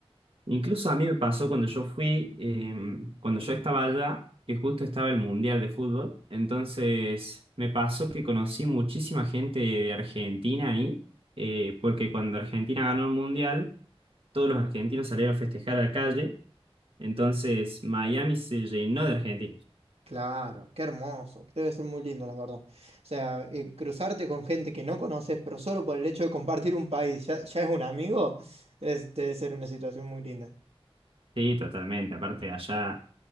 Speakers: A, on the right; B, on the right.
A: Incluso a mí me pasó cuando yo fui, eh, cuando yo estaba allá, que justo estaba el Mundial de Fútbol. Entonces me pasó que conocí muchísima gente de Argentina ahí, eh, porque cuando Argentina ganó el Mundial, todos los argentinos salieron a festejar a la calle. Entonces Miami se llenó de argentinos.
B: Claro, qué hermoso, debe ser muy lindo, la verdad. O sea, eh, cruzarte con gente que no conoces, pero solo por el hecho de compartir un país, ya, ya es un amigo, <laughs> es- debe ser una situación muy linda.
A: Sí, totalmente. Aparte de allá.